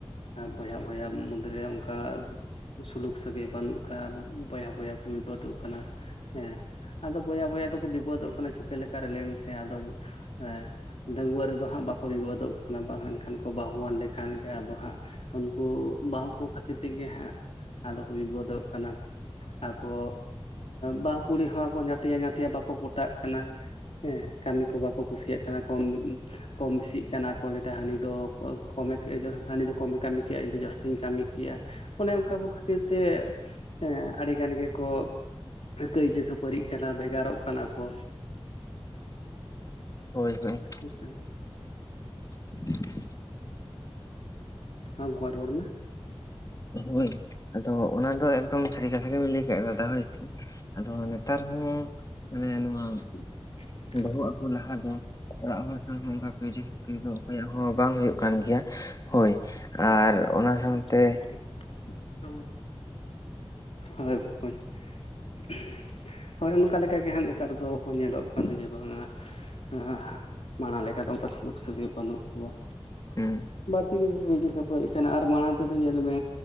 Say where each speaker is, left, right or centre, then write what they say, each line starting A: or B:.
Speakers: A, on the left; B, on the left.
A: ᱵᱚᱭᱦᱟ ᱵᱚᱭᱦᱟ ᱢᱚᱫᱽᱫᱨᱮ ᱚᱱᱠᱟ ᱥᱩᱞᱩᱠ ᱥᱟᱹᱜᱟᱹᱭ ᱵᱟᱹᱱᱩᱜ ᱠᱟᱱ, ᱵᱚᱭᱦᱟᱼᱵᱚᱭᱦᱟ ᱠᱚ ᱵᱤᱵᱟᱹᱫᱚᱜ ᱠᱟᱱᱟ᱾ ᱥᱮ--ᱜ ᱮᱸ ᱟᱫᱚ ᱵᱚᱭᱦᱟ ᱵᱚᱭᱦᱟ ᱫᱚᱠᱚ ᱵᱤᱵᱟᱹᱫᱚᱜ ᱠᱟᱱᱟ ᱪᱤᱠᱟᱹ ᱞᱮᱠᱟ ᱨᱮ ᱞᱟᱹᱭ ᱢᱮᱥᱮ ᱟᱫᱚ ᱥᱩ--ᱜ ᱮᱸ? ᱰᱟᱺᱜᱩᱣᱟᱹ ᱨᱮᱫᱚ ᱦᱟᱸᱜ ᱵᱟᱠᱚ ᱵᱤᱵᱟᱹᱫᱚᱜ ᱠᱟᱱᱟ ᱵᱟᱹᱦᱩᱣᱟᱱ ᱠᱷᱟᱱ ᱠᱚ ᱵᱟᱹᱦᱩᱣᱟᱱ ᱞᱮᱠᱷᱟᱱ ᱜᱮ ᱟᱫᱚ ᱦᱟᱸᱜ ᱩᱱᱠᱩ, ᱵᱟᱦᱩ ᱠᱚ ᱠᱷᱟᱹᱛᱤᱨ ᱛᱮᱜᱮ ᱦᱟᱸᱜ ᱾ ᱟᱫᱚ ᱠᱚ ᱵᱤᱵᱟᱹᱫᱚᱜ ᱠᱟᱱᱟ, ᱟᱠᱚ ᱵᱟᱦᱩ ᱠᱩᱲᱤ ᱦᱚᱸ ᱟᱠᱚ ᱧᱟ ᱛᱭᱟ ᱧᱟᱛᱭᱟ ᱵᱟᱠᱚ ᱯᱚᱴᱟᱜ ᱠᱟᱱᱟ ᱦᱮᱸ, ᱠᱟᱹᱢᱤ ᱠᱚ ᱵᱟᱠᱚ ᱠᱩᱥᱤᱭᱟᱜ ᱠᱟᱱᱟ ᱠᱚᱢ ᱠᱚᱢ ᱵᱤᱥᱤᱜ ᱠᱟᱱᱟ ᱠᱚ ᱞᱟᱹᱭᱫᱟ ᱦᱟᱹᱱᱤ ᱫᱚ ᱠᱚᱢᱮ ᱠᱮᱭᱟ ᱡᱟ ᱦᱟᱱᱤ ᱫᱚ ᱠᱚᱢᱮ ᱠᱟᱢᱤ ᱠᱮᱭᱟ ᱤᱧ ᱫᱚ ᱡᱟᱛᱤᱧ ᱠᱟᱢᱤ ᱾ ᱠᱮᱭᱟ ᱚᱱᱮ ᱚᱱᱠᱟ ᱠᱚ ᱠᱷᱟᱹᱛᱤᱨ ᱛᱮ ᱮᱸ ᱟᱰᱤᱜᱟᱱ ᱜᱮᱠᱚ ᱠᱟᱹᱭᱡᱟᱹ ᱠᱷᱟᱹᱯᱟᱹᱨᱤᱜ ᱠᱟᱱᱟ ᱵᱷᱮᱜᱟᱨᱚᱜ ᱠᱟᱱᱟ ᱠᱚ᱾
B: ᱦᱳᱭ, ᱦᱳᱭ ᱾
A: <unintelligible> ᱾
B: <unintelligible> ᱾
A: ᱷᱩᱦ ᱟᱢ ᱵᱚᱠᱧ ᱨᱚᱲ ᱢᱮ ᱾
B: ᱦᱳᱭ, ᱟᱫᱚ ᱚᱱᱟ ᱫᱚ ᱮᱠᱫᱚᱢ ᱥᱟᱹᱨᱤ ᱠᱟᱛᱷᱟ ᱜᱮᱢ ᱞᱟᱹᱭ ᱠᱟᱫᱟ ᱫᱟᱫᱟ ᱦᱳᱭ᱾ ᱟᱫᱚ ᱱᱮᱛᱟᱨ ᱦᱚᱸ ᱢᱟᱱᱮ ᱱᱚᱣᱟ
A: <unintelligible> ᱾
B: ᱵᱟᱹᱦᱩ ᱟᱹᱜᱩ ᱞᱟᱦᱟ ᱫᱚ, ᱚᱲᱟᱜ ᱦᱚᱲ ᱥᱟᱶ ᱦᱚᱸ ᱚᱱᱠᱟ ᱠᱟᱹᱭᱡᱟᱹ ᱠᱷᱟᱹᱯᱟᱹᱨᱤ ᱫᱚ ᱚᱠᱚᱭᱟᱜ ᱦᱚᱸ ᱵᱟᱝ ᱦᱳᱭᱳᱜ ᱠᱟᱱ ᱜᱮᱭᱟ ᱦᱳᱭ᱾ ᱟᱹᱹᱨ ᱚᱱᱟ ᱥᱟᱶᱛᱮ
A: <unintelligible> ᱦᱳᱭ ᱵᱚᱠᱚᱧ ᱾ ᱷᱩ-ᱦ-ᱥᱩ-ᱜ ᱦᱳᱭ, ᱚᱱᱠᱟ ᱞᱮᱠᱟ ᱜᱮ ᱦᱟᱸᱜ ᱱᱮᱛᱟᱨ ᱫᱚ ᱠᱚ ᱧᱮᱞᱚᱜ ᱠᱟᱱᱟ ᱡᱮ ᱵᱟᱝᱟ ᱥᱟ-ᱮᱸ-ᱟᱸᱻ ᱢᱟᱲᱟᱝ ᱞᱮᱠᱟ ᱫᱚ ᱚᱱᱠᱟ ᱥᱩᱞᱩᱠ ᱥᱟᱹᱜᱟᱹᱭ ᱵᱟᱹᱱᱩᱜ ᱠᱚᱣᱟ᱾
B: ᱩᱸ ᱾
A: ᱵᱟᱹᱲᱛᱤ ᱜᱮᱠᱚ ᱠᱟᱹᱭᱡᱟᱹ ᱠᱷᱟᱹᱯᱟᱹᱨᱤ ᱠᱟᱱᱟ ᱟᱨ ᱢᱟᱲᱟᱝ ᱛᱮᱫᱚ ᱧᱮᱞᱢᱮ